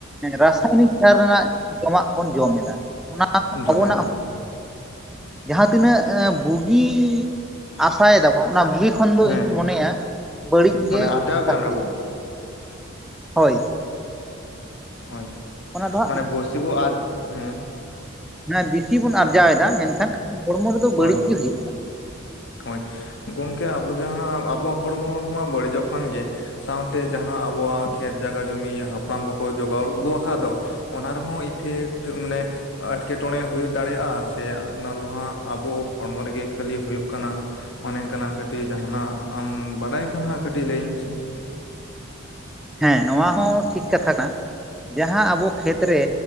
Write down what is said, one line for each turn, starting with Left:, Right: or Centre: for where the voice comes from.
Centre: ᱨᱟᱥᱟᱭᱚᱱᱤᱠ ᱥᱟᱨ ᱨᱮᱱᱟᱜ ᱡᱚᱢᱟᱜ ᱵᱚᱱ ᱡᱚᱢ ᱮᱫᱟ ᱚᱱᱟ
Left: ᱡᱚᱢᱮᱫᱟ
Centre: ᱟᱵᱚᱱᱟᱜ ᱡᱟᱦᱟᱸ ᱛᱤᱱᱟᱹᱜ ᱵᱩᱜᱤ ᱟᱥᱟᱭ ᱫᱟ ᱵᱚᱱ ᱚᱱᱟ ᱵᱩᱜᱤ ᱠᱷᱚᱱ ᱫᱚ
Left: ᱦᱮᱸ
Centre: ᱤᱧ ᱫᱚᱧ ᱢᱚᱱᱮᱭᱟ᱾ ᱵᱟᱹᱲᱤᱡ
Left: ᱢᱟᱱᱮ
Centre: ᱜᱮ
Left: ᱟᱨᱡᱟᱣ
Centre: ᱡᱟᱥᱼᱼ
Left: ᱠᱟᱱ ᱨᱮᱵᱚ
Centre: ᱦᱳᱭ
Left: ᱱᱟᱜᱼᱚᱭ
Centre: ᱚᱱᱟ ᱫᱚ
Left: ᱢᱟᱱᱮ ᱵᱚᱥᱤᱵᱚ ᱟᱨ ᱦ ᱦᱮᱸ
Centre: ᱦᱮᱸ ᱵᱤᱥᱤ ᱵᱚᱱ
Left: ᱦᱳᱭ
Centre: ᱟᱨᱡᱟᱣ ᱮᱫᱟ ᱢᱮᱱᱠᱷᱟᱱ ᱦᱚᱲᱢᱚ ᱨᱮᱫᱚ ᱵᱟᱹᱲᱤᱡ
Left: ᱦᱳᱭ
Centre: ᱜᱮ ᱦᱩᱭᱩᱜ ᱠᱟᱱᱟ ᱾
Left: ᱦᱳᱭ ᱜᱚᱝᱠᱮ ᱟᱵᱚ ᱡᱟᱦᱟᱸ ᱟᱵᱚᱣᱟᱜ ᱦᱚᱲᱢᱚ ᱢᱟ ᱵᱟᱹᱲᱤᱡᱚᱜ ᱠᱟᱱ ᱜᱮ, ᱥᱟᱶᱛᱮ ᱡᱟᱦᱟᱸ ᱟᱵᱚᱣᱟᱜ ᱠᱷᱮᱛ ᱡᱟᱜᱟ, ᱡᱩᱢᱤ ᱦᱟᱯᱲᱟᱢ ᱠᱚᱠᱚ ᱡᱚᱜᱟᱣ ᱟᱹᱜᱩ ᱟᱠᱟᱫ ᱫᱚ, ᱚᱱᱟ ᱨᱮᱦᱚᱸ ᱤᱯᱷᱮᱠᱴ ᱢᱟᱱᱮ ᱮᱴᱠᱮᱴᱚᱬᱮ ᱦᱩᱭ ᱫᱟᱲᱮᱭᱟᱜᱼᱟ ᱥᱮ ᱚᱱᱟ ᱫᱚ ᱦᱟᱸᱜ ᱟᱵᱚ ᱦᱚᱲᱢᱚ ᱨᱮᱜᱮ ᱠᱷᱟᱹᱞᱤ ᱦᱩᱭᱩᱜ ᱠᱟᱱᱟ ᱚᱱᱮ ᱚᱱᱠᱟᱱᱟᱜ ᱠᱟᱹᱴᱤᱡ ᱡᱟᱦᱟᱱᱟᱜ ᱟᱢ ᱵᱟᱲᱟᱭ ᱠᱷᱟᱱ ᱦᱟᱸᱜ ᱠᱟᱹᱴᱤᱡ ᱞᱟᱹᱭᱟᱹᱧ ᱢᱮᱥᱮ ᱾
Centre: ᱦᱮᱸ ᱱᱚᱣᱟ ᱦᱚᱸ ᱴᱷᱤᱠ ᱠᱟᱛᱷᱟ ᱠᱟᱱᱟ ᱡᱟᱦᱟᱸ ᱟᱵᱚ ᱠᱷᱮᱛ ᱨᱮ